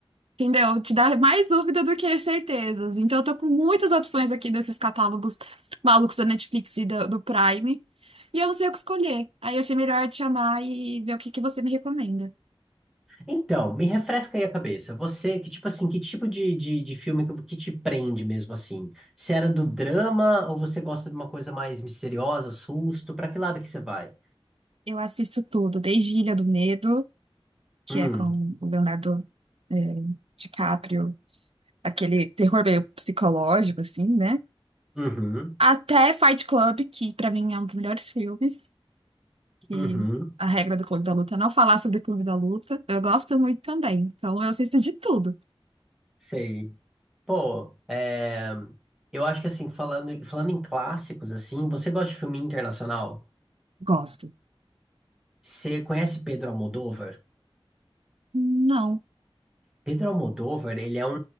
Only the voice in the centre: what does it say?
Então, me refresca aí a cabeça. Você, que tipo assim, que tipo de, de, de filme que, que te prende mesmo, assim? Se era do drama ou você gosta de uma coisa mais misteriosa, susto? Pra que lado que você vai?
Hum,
uhum,
uhum,
sei. Pô, é, eu acho que assim, falando, falando em clássicos, assim, você gosta de filme internacional?
Você conhece Pedro Almodóvar?
Pedro Almodóvar, ele é um,